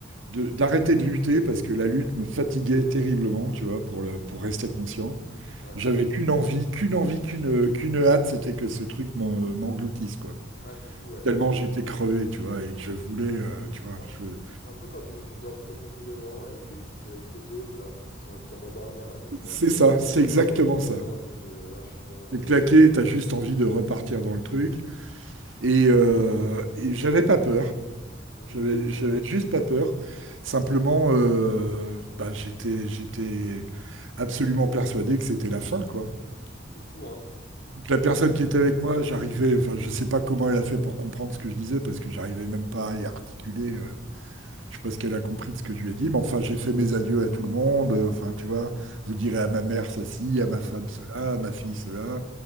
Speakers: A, on the right; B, on the left.
A: de- d'arrêter de lutter parce que la lutte me fatiguait terriblement, tu vois, pour le, pour rester conscient.
B: Ouais.
A: J'avais qu'une envie, qu'une envie, qu'une qu'une hâte, c'était que ce truc m'en- euh, m'engloutisse, quoi.
B: Ah, c'est fou, ouais.
A: Tellement j'étais crevé, tu vois, et que je voulais, euh, tu vois,
B: Ça,
A: je-
B: c'est un peu quand tu, tu dors très profondément et que tu te réveilles trop tôt et que t'as envie, de- t'as envie de te rendormir un peu, je pense,
A: c'est
B: tu
A: ça,
B: vois.
A: c'est exactement
B: Cette sensation
A: ça.
B: un peu de ah, je suis bien en même
A: T'es claqué,
B: temps comme ça, tu
A: t'as
B: vois.
A: juste envie de repartir dans le truc. Et, euh, et j'avais pas peur.
B: Mhm.
A: J'avais, j'avais juste pas peur. Simplement, euh, bah, j'étais, j'étais absolument persuadé que c'était la fin, quoi.
B: C'est fou, hein.
A: Donc, la personne qui était avec moi, j'arrivais, enfin, je sais pas comment elle a fait pour comprendre ce que je disais, parce que j'arrivais même pas à y articuler. euh, je sais pas ce qu'elle a compris de ce que je lui ai dit, mais enfin, j'ai fait mes adieux à tout le monde. euh, Enfin, tu vois, vous direz à ma mère ceci,
B: Mm.
A: à ma femme cela, à ma fille cela.